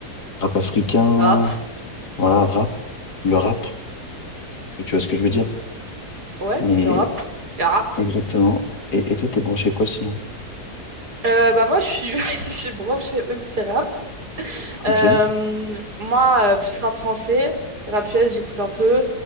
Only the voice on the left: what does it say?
rap africain,
voilà, rap, le rap, si tu vois ce que je veux dire?
Mais
exactement. Et, et toi, t'es branché quoi sinon?
Ok,